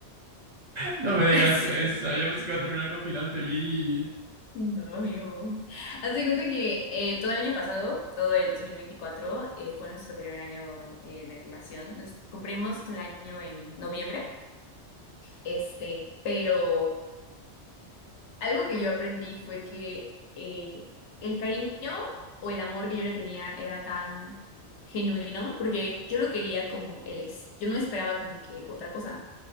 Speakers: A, on the right (about 45°); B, on the left (about 75°).
A: no me digas
B: Es,
A: eso, yo pensé que iba a terminar con final feliz.
B: no, amigo. Hazte cuenta que eh, todo el año pasado, todo el 2024, eh, fue nuestro primer año eh, de relación. Nos cumplimos el año en noviembre, este, pero... Algo que yo aprendí fue que eh, el cariño o el amor que yo le tenía era tan genuino, porque yo lo quería como él es. Yo no esperaba como que otra cosa.